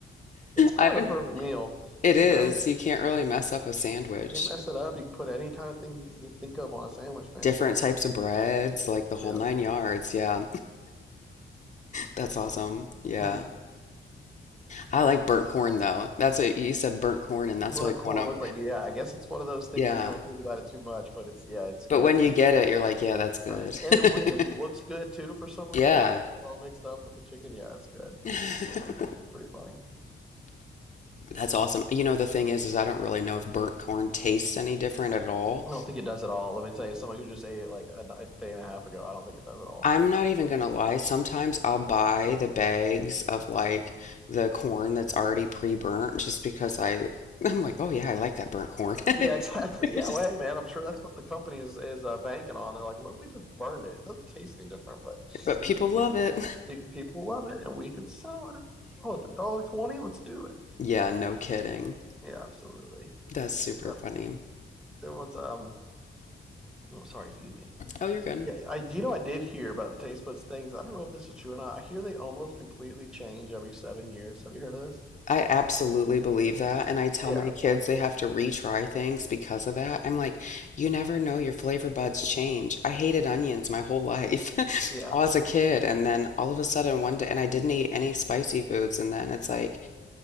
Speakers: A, in the centre; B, on the left.
A: It's kind
B: I
A: of
B: don't,
A: the perfect
B: it know.
A: meal,
B: It is.
A: you know,
B: You can't really mess up a sandwich.
A: can't mess it up. You can put any kind of thing you can think of on a sandwich, man.
B: Different types of breads, like the whole
A: Yeah.
B: nine yards. Yeah, that's awesome. Yeah.
A: hmm
B: I like burnt corn though. That's a, you said burnt corn and that's
A: burnt
B: like
A: corn
B: one of, 'em.
A: was like, yeah, I guess it's one of those things
B: yeah.
A: that you don't think about it too much, but it's yeah, it's
B: But
A: good.
B: when
A: It's
B: you
A: a big
B: get it, you're like, yeah, that's good.
A: right, and
B: <laughs>
A: it, it just looks good too for some reason.
B: Yeah.
A: Like when it's all mixed up with the chicken, yeah, it's good.
B: <laughs>
A: It's pretty funny.
B: That's awesome. You know, the thing is, is I don't really know if burnt corn tastes any different at all.
A: I don't think it does at all. Let me tell you, somebody who just ate it like a, a day and a half ago, I don't think it does at all.
B: I'm not even gonna lie. Sometimes I'll buy the bags of like the corn that's already pre-burnt just because I I'm like, oh yeah, I like that burnt corn.
A: Yeah, <laughs> exactly.
B: <laughs>
A: Yeah,
B: Just-
A: well, hey man, I'm sure that's what the company is is uh, banking on. They're like, what if we just burned it? It doesn't taste any different, but
B: But people love
A: we
B: it.
A: just think people love it and we could sell it. Oh, it's a dollar twenty. Let's do it.
B: <laughs> Yeah, no kidding.
A: Yeah, absolutely.
B: That's super
A: I'm trying
B: funny.
A: to think. there was um oh sorry, excuse me.
B: Oh, you're good.
A: Yeah, I you know I did hear about the taste buds things. I don't know if this is true or not. I hear they almost completely change every seven years. Have you heard of this?
B: I absolutely believe that, and I tell
A: Yeah.
B: my kids they have to retry things because of that. I'm like, you never know, your flavor buds change. I hated onions my whole life <laughs>
A: Yeah.
B: all as a kid, and then all of a sudden one day, and I didn't eat any spicy foods, and then it's like